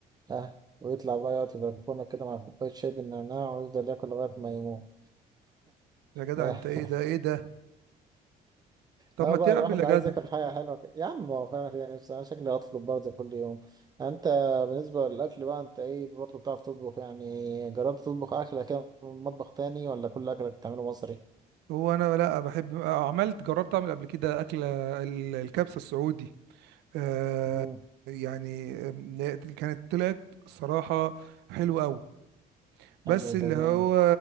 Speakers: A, on the right; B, on the right.
A: اه ويطلع بقى يقعد في البلكونة كده مع كوباية شاي بالنعناع ويفضل ياكل لغاية ما يموت
B: يا جدع
A: <laughs>
B: انت ايه ده ايه ده طب
A: اه
B: ما تعمل
A: بقى الواحد
B: يا
A: عايز
B: جدع
A: ياكل حاجة حلوة كده يا عم هو فعلا فيها نفسي انا شكلي هطلب برضه كل يوم يعني انت بالنسبة للأكل بقى انت ايه برضه بتعرف تطبخ يعني جربت تطبخ أكلة كده من مطبخ تاني ولا كل أكلك بتعمله مصري؟
B: هو انا لا بحب عملت جربت اعمل قبل كده اكله ال- الكبسه السعودي آه
A: مم.
B: يعني آم، لا، كانت طلعت صراحه حلوه قوي بس
A: حلو
B: اللي
A: ده جامد
B: هو